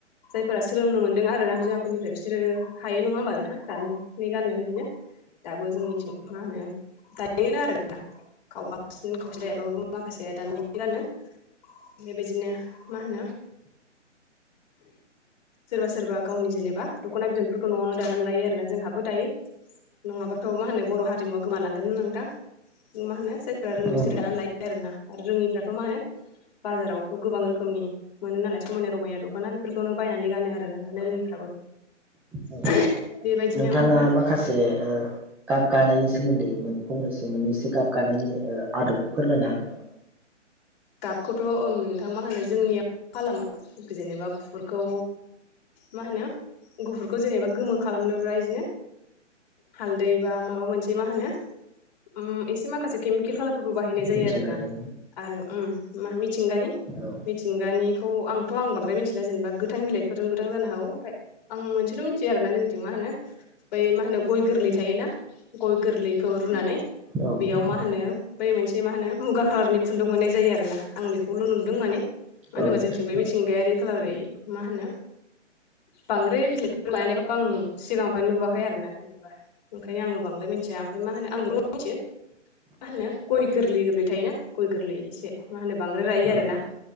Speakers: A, on the left; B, in the centre.
A: जायफोरा सोलोंनो मोनदों आरोना बिमाफोरनिफ्राय बिसोरो हायो नङा होमबा नोंथां दानानै गाननो बिदिनो दाबो जोंनिथिं मा होनो दायोआनो आरोना खावबा- बांसिन खावसे दायाबाबो माखासेया दानानैनो गानो बेबायदिनो मा होनो सोरबा सोरबा गावनि जेनेबा दख'ना बिदनफोरखौ न'आवनो दानानै लायो आरोना जोंहाबो दायो नङाबाथ' मा होनो बर' हारिमुवा गोमालांगोन ना नोंथां मा होनो जाय- फोरा रोङो
B: औ
A: बिसोरो
B: नोंथां
A: दानानै लायो आरोना आरो रोङैफ्राथ' माहोनो बाजारावथ' गोबां रोखोमनि मोनो नालाय समायना रमायना दख'ना बेफोरखौनो बायनानै गानो आरोना दानो रोङिफ्राबो
B: औ
A: <unintelligible> बेबायदिनो
B: नोंथाङा
A: मा होनो
B: माखासे ओ गाब गानायनि सोमोन्दै मोन फंनैसो मोननैसो गाब गानायनि ओ आदबखौ फोरमायनो हागोन नामा?
A: गाबखौथ'ओं नोंथांमोना होनो जोंनियाव मा खालामो जेनेबा गुफुरखौ मा होनो गुफुरखौ जेनेबा गोमो खालामनोब्ला इजिनो हालदै बा माबा मोनसे मा होनो ओम एसे माखासे केमिकेल खालाम फोरबो बाहायनाय जायो
B: मिथिंगानि
A: आरोना आरो ओम मा मिथिंगानि
B: औ
A: मिथिंगानि बेखौ आंथ' आं बांदाराय मिथिला जेननोबा गोथां बिलाइफोरजों गोथां जानो हागौ ओमफ्राय आं मोनसेल' मिथियो आरोना जोंनिथिं मा होनो ओम्फाय मा होनो बै मा होनो गय गोरलै थायोना गय गोरलैखौ रुनानै
B: औ नोंथां
A: बेयाव मा होनो बै मोनसे मा होनो मुगा कालारनि खुन्दुं मोननाय ज जायो आरो ना आं बेखौल' नोदों मानो होना
B: औ नोंथां
A: जोंं मिथिंगायारि खालारै मा होनो बांद्राय बिलाइफोर लायानायखौ आं सिगाङावहाय नुवाखै आरो ना जेनेबा ओंखायनो आङो बांद्राय मि थिया मफ्राय मा होनो आं द मिथियो मा होनो गय गोरलै गोरलै थायोना गय गोरलै एसे मा होनो बांदाराय रायि आरो
B: औ नोंथां
A: ना